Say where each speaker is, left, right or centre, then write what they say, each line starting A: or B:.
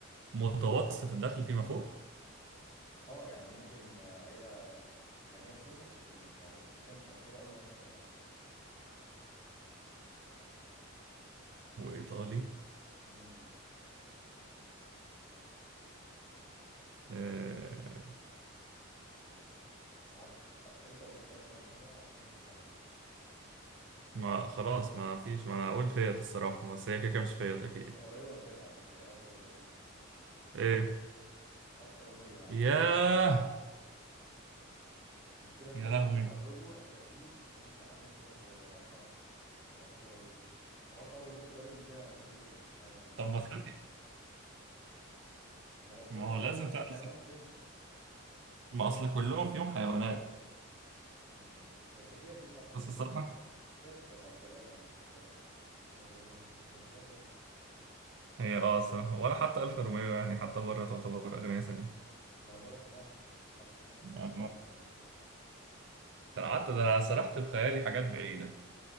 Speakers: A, on the right; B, on the left.
A: متوسط الدخل فيما فوق
B: اه يعني ممكن آه، عيلة غنية سنة تشتريها يعني بس هي مش مشهورة قوي مثلا في مصر
A: وإيطالي
B: امم
A: آه
B: عر... آه، اسأل طب سؤال كمان بسرعة عشان تخمن يعني
A: ما خلاص ما فيش ما انا اقول فيت الصراحة بس هي كده كده مش فيت اكيد
B: هي قريبة من فيات على فكرة هي ألفا روميو
A: ايه
B: ألفا روميو يا عم
A: ياه
B: المشكلة انت
A: يا
B: لو
A: لهوي
B: بصيت على اللوجو هتلاقي فيه زي تعبان كده صغير <laughs> انا ما اعرفش ده ايه انا اصلا عمري ما خدت بالي ان فيها لوجو في حيوان
A: طب ما تخلي
B: ما انا قلت
A: ما
B: لك
A: هو لازم
B: يعتبر
A: تعرف
B: في حيوان سنة
A: ما اصل كلهم فيهم حيوانات
B: مم. بس فيات دي صح بس
A: بس
B: فيات
A: الصراحة
B: يعني فيات بتاعت غلابة مش مش متغ... يعني مش أغنياء سنة
A: هي اه الصراحة ولا حتى الف روميو يعني حتى بره تعتبر اغنية سن
B: ما أنا بقولك في مصر حد في مصر غني
A: آه.
B: سنة يشتريها
A: ده أنا قعدت ده أنا سرحت في خيالي حاجات بعيدة